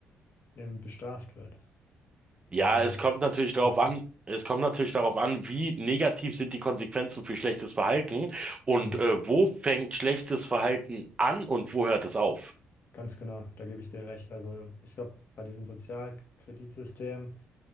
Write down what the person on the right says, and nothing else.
Ja,
es kommt natürlich
darauf
an,
es kommt natürlich darauf an, wie negativ sind die Konsequenzen für schlechtes Verhalten und
äh, wo fängt schlechtes Verhalten an und wo hört es auf?